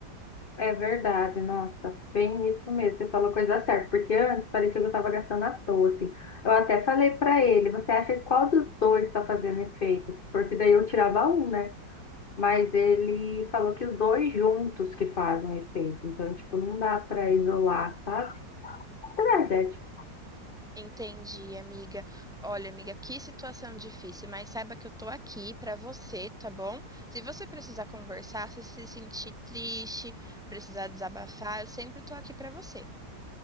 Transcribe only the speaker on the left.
É verdade, nossa, bem isso mesmo. Você falou coisa certa, porque antes parecia que eu estava gastando à toa, assim. Eu até falei para ele, você acha que qual dos dois está fazendo efeito? Porque daí eu tirava um, né? Mas ele falou que os dois juntos que fazem efeito. Então, tipo, não dá para isolar, sabe? Energético.